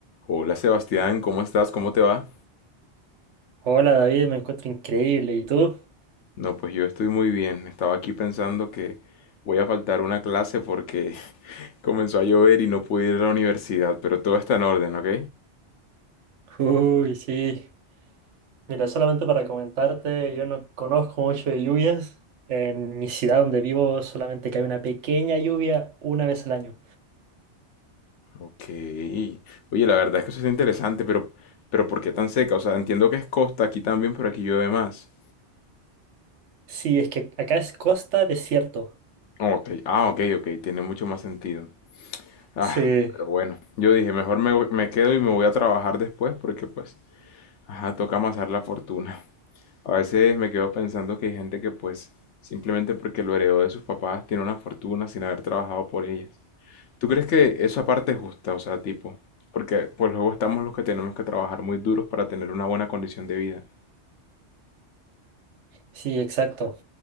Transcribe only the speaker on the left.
Hola Sebastián, ¿cómo estás? ¿Cómo te va?
No, pues yo estoy muy bien. Estaba aquí pensando que voy a faltar una clase porque <laughs> comenzó a llover y no pude ir a la universidad, pero todo está en orden, ¿ok?
Ok. Oye, la verdad es que eso es interesante, pero, pero ¿por qué tan seca? O sea, entiendo que es costa aquí también, pero aquí llueve más.
Ok, ah, ok, ok, tiene mucho más sentido. Ah,
pero bueno, yo dije, mejor me, voy- me quedo y me voy a trabajar después porque pues, ajá, toca amasar la fortuna. A veces me quedo pensando que hay gente que pues simplemente porque lo heredó de sus papás tiene una fortuna sin haber trabajado por ellas. ¿Tú crees que esa parte es justa? O sea, tipo, porque pues luego estamos los que tenemos que trabajar muy duros para tener una buena condición de vida.